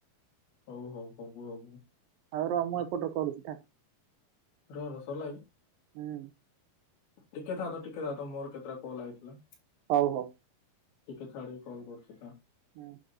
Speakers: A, on the left (about 80°); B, on the right (about 75°).
A: ହଉ ହଉ ହବ ହବ।
B: ଆଉ ର ମୁଁ ଏପଟରେ କରୁଛିା
A: ର ରସ ଲାଗି
B: ହୁଁ।
A: ଟିକେ ଥାଥ ଟିକେ ଥା ତ ମୋ କେତେଟା କଲ୍ଇଥିଲା।
B: ହଉ ହଉ।
A: ଟିକେ ଟିକେ କଲ କରୁଛ ତ
B: ହୁଁ।